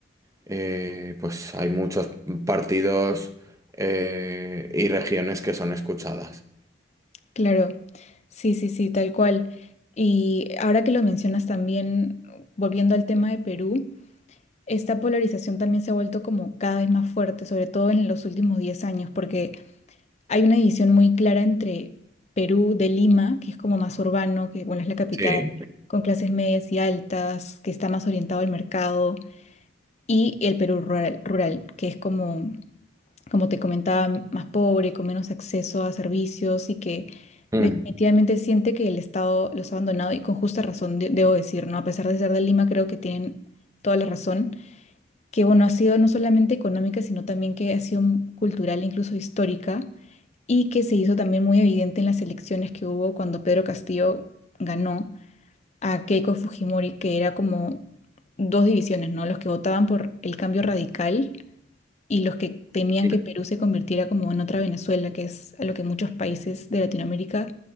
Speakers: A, on the right; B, on the left.
A: eh, pues hay muchos partidos eh, y regiones que son escuchadas.
B: Claro, sí, sí, sí, tal cual. Y ahora que lo mencionas también, volviendo al tema de Perú, esta polarización también se ha vuelto como cada vez más fuerte, sobre todo en los últimos 10 años, porque hay una división muy clara entre Perú de Lima, que es como más urbano, que bueno, es la capital,
A: Sí.
B: con clases medias y altas, que está más orientado al mercado, y el Perú rural, rural, que es como como te comentaba, m- más pobre, con menos acceso a servicios y que
A: Mm.
B: definitivamente siente que el Estado los ha abandonado y con justa razón, de- debo decir, ¿no? A pesar de ser de Lima, creo que tienen toda la razón, que bueno, ha sido no solamente económica, sino también que ha sido m- cultural e incluso histórica y que se hizo también muy evidente en las elecciones que hubo cuando Pedro Castillo ganó a Keiko Fujimori, que era como dos divisiones, ¿no? Los que votaban por el cambio radical y los que temían
A: Sí.
B: que Perú se convirtiera como en otra Venezuela, que es a lo que muchos países de Latinoamérica